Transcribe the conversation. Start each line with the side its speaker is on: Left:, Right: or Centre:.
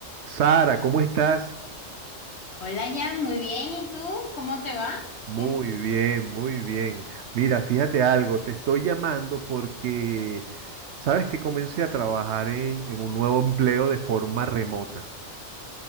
Right: Sara, ¿cómo estás?
Left: Hola, Jan, muy bien. ¿Y tú? ¿Cómo te va?
Right: Muy
Left: ¿Qué has-
Right: bien, muy bien. Mira, fíjate algo, te estoy llamando porque sabes que comencé a trabajar en, en un nuevo empleo de forma remota.